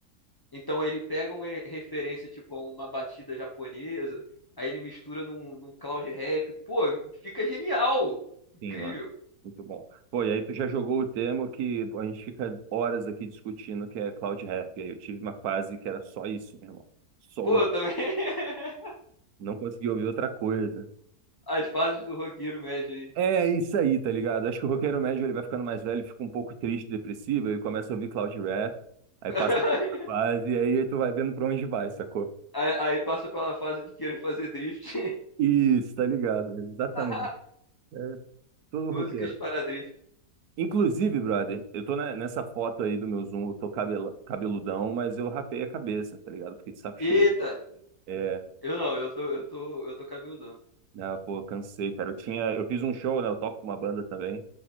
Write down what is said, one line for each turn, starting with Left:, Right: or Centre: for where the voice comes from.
Left: Então ele pega uma referência, tipo, a uma batida japonesa, aí ele mistura num, num cloud rap. Pô, fica genial! Incrível!
Right: sim, mano. Muito bom. Pô, e aí tu já jogou o tema que pô, a gente fica horas aqui discutindo, que é Cloud Rap. E aí eu tive uma fase que era só isso, meu irmão. Só o-
Left: Pô, também <laughs>
Right: não consegui ouvir outra coisa.
Left: as fases do roqueiro médio aí.
Right: É isso aí, tá ligado? Acho que o roqueiro médio ele vai ficando mais velho, fica um pouco triste, depressivo, aí começa a ouvir Cloud Rap, aí
Left: <laughs>
Right: passa por essa fase, e aí tu vai vendo pra onde vai, sacou?
Left: Aí aí passa pela fase de querer fazer drift.
Right: Isso, tá ligado? Exatamente.
Left: <laughs>
Right: É Todo
Left: Músicas
Right: roqueiro.
Left: para drift.
Right: Inclusive, brother, eu tô ne- nessa foto aí do meu Zoom, eu tô cabela- cabeludão, mas eu rapei a cabeça, tá ligado? Fiquei de saco cheio.
Left: Eita!
Right: É,
Left: Eu não, eu tô, eu tô, eu tô cabeludão.
Right: ah, pô, cansei, cara. Eu tinha, eu fiz um show, né? Eu toco com uma banda também.